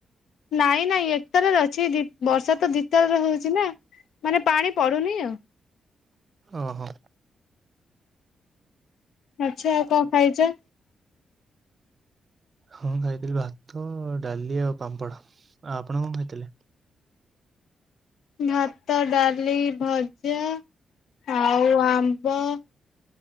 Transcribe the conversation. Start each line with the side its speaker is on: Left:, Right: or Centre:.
Left: ନାଇଁ ନାଇଁ ଏକ ତାଲାରେ ଅଛି ବର୍ଷା ତ ଦି ତାଲାରେ ହଉଛି ନା। ମାନେ ପାଣି ପଡୁନି ଆଉ।
Right: ଓହୋ।
Left: ଆଚ୍ଛା ଆଉ କଣ ଖାଇଛ?
Right: ହଁ ଖାଇଥିଲି ଭାତ, ଡାଲି, ଆଉ ପାମ୍ପଡ଼ ଆ ଆପଣ କଣ ଖାଇଥିଲେ?
Left: ଭାତ, ଡାଲି, ଭଜା ଆଉ ଆମ୍ବ।